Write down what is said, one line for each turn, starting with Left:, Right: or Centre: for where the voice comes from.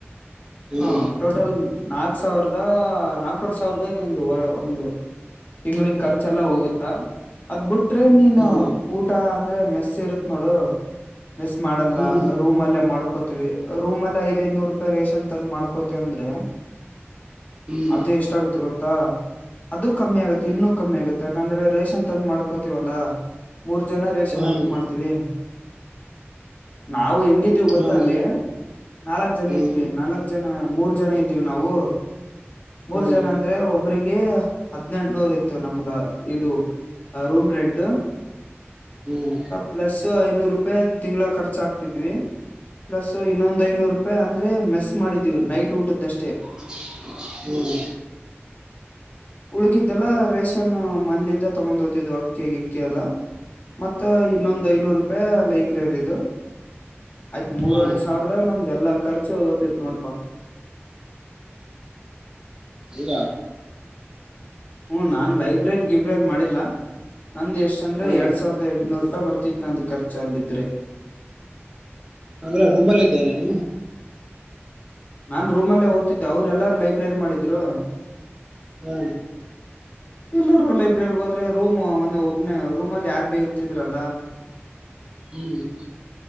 Right: ಹ್ಮ್
Left: ಹಾ ಟೋಟಲ್ ನಾಕ್ ಸಾವರದಾ ನಾಕುವರೆ ಸಾವರದಾಗ ನಿಂದ ಒ ಒಂದ ತಿಂಗಳಿನ ಖರ್ಚೆಲ್ಲ ಹೋಗುತ್ತಾ. ಅದ್ ಬಿಟ್ರೆ ನೀನ
Right: ಹ್ಮ್
Left: ಊಟಾ ಅಂದ್ರೆ ಮೆಸ್ಸ ಇರತ್ ನೋಡು. ಮಿಸ್ ಮಾಡಲ್ಲ
Right: ಹ್ಮ್
Left: ರೂಮಲ್ಲೇ ಮಾಡ್ಕೋತಿವಿ ರೂಮಲ್ಲೇ ಐದಐದನೂರ ರೂಪಾಯಿ ರೇಷನ್ ತಂದ್ ಮಾಡ್ಕೋತಿವಿ ಅಂದ್ರೆ
Right: ಹ್ಮ್
Left: ಅದು ಎಷ್ಟ ಆಗುತ್ತೆ ಗೊತ್ತಾ ಅದು ಕಮ್ಮಿ ಆಗುತ್ತೆ
Right: ಹ್ಮ್
Left: ಇನ್ನು ಕಮ್ಮಿ ಆಗತ್ತೆ ಯಾಕಂದ್ರೆ ರೇಷನ್ ತಂದ ಮಾಡ್ಕೋತೀವಲ್ಲಾ ಮೂರ್ ಜನ ರೇಷನ್
Right: ಹ್ಮ್
Left: ಹಾಕಿ ಮಾಡ್ತೀವಿ. ನಾವು ಹೆಂಗಿದ್ವಿ
Right: ಹ್ಮ್
Left: ಗೊತ್ತಾ ಅಲ್ಲಿ ನಾಲಕ್ಕ್ ಜನ
Right: ಹ್ಮ್
Left: ಇದ್ವಿ ನಾಲ್ಕ್ ಜನ ಮೂರ್ ಜನ ಇದ್ದೀವಿ ನಾವು ಮೂರ್
Right: ಹ್ಮ್
Left: ಜನ ಅ ಅಂದ್ರೆ ಒಬ್ಬ್ರಿಗೆ ಹದ್ನೆಂಟನೂರ್ ಇತ್ತು ನಮ್ಗ ಇದು ರೂಮ್ ರೆಂಟ್
Right: ಹ್ಮ್
Left: ಪ್ಲಸ್ ಐನೂರ ರೂಪಾಯಿ ತಿಂಗಳ ಖರ್ಚ ಹಾಕ್ತಿದ್ವಿ ಪ್ಲಸ್ ಇನ್ನೊಂದ್ ಐನೂರು ರೂಪಾಯಿ ಪೆ ಅಂದ್ರೆ ಮೆಸ್ಸ್ ಮಾಡಿದ್ವಿ ನೈಟ್ ಊಟದ್ದಷ್ಟೇ
Right: ಹ್ಮ್
Left: ಉಳಕಿದ್ದಲ್ಲಾ ರೇಷನ್ ಮೇನಲ್ಲಿದ್ದ ತಗೊಂಡ ಹೋತಿನಿ. ಇದು ಅಕ್ಕಿ ಇಕ್ಕೆ ಎಲ್ಲ ಮತ್ತ ಇನ್ನೊಂದು
Right: ಹ್ಮ್ ಹ್ಮ್
Left: ಐನೂರು ರೂಪಾಯಿ ಲೈಬ್ರರಿ ಇದು ಆಯ್ತ್ ಮೂರ್ವರೆ
Right: ಹ್ಮ್
Left: ಸಾವ್ರದಾಗ ನಮ್ದ ಎಲ್ಲಾ ಖರ್ಚು ಹೋಗತೈತ್ ನೋಡಪಾ.
Right: ಇಲ್ಲಾ
Left: ಹ್ಮ ನಾನ್ ಲೈಬ್ರರಿ ಗಿಬ್ರರಿ ಮಾಡಿಲ್ಲಾ. ನಂದ ಎಷ್ಟ ಅಂದ್ರೆ
Right: ಹಾ
Left: ಎರಡ್ ಸಾವಿರದ ಎಂಟನೂರು ರೂಪಾಯಿ ಬರ್ತಿತಿ ನಂದ ಖರ್ಚ ಅಲ್ಲಿದ್ರೆ.
Right: ಅಂದ್ರೆ ರೂಮ್ ಅಲ್ಲಿ ಇದ್ದೇ ನೀನು?
Left: ನಾನ್ ರೂಮ ಅಲ್ಲೇ ಓದತಿದ್ದೇ ಅವ್ರುಲ್ಲಾರು ಲೈಬ್ರರಿ ಮಾಡಿದ್ರು.
Right: ಹ್ಮ.
Left: ಎಲ್ಲರೂ ಲೈಬ್ರರಿಗ್ ಹೋದ್ರೆ ರೂಮ್ ಒಂದ ಒಬ್ನೇ ರೂಮ ಅಲ್ಲಿ ಯಾರ ಬಿ ಇರುತಿದ್ರಲ್ಲ.
Right: ಹ್ಮ್.